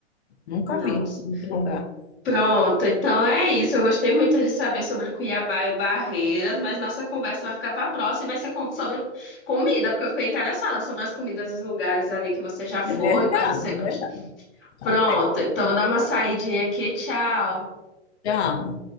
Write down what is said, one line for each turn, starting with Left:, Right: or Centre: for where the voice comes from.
Left: Nunca
Centre: Nossa.
Left: vi em outro lugar.
Centre: Pronto, então é isso. Eu gostei muito de saber sobre Cuiabá e Barreiras, mas nossa conversa vai ficar para a próxima e vai ser com- sobre comida, porque eu fiquei interessada sobre as comidas dos lugares ali que você já foi,
Left: É verdade,
Centre: quais você gosta.
Left: é verdade. Tá
Centre: Pronto,
Left: certo.
Centre: então vou dar uma saidinha aqui. Tchau.
Left: Já.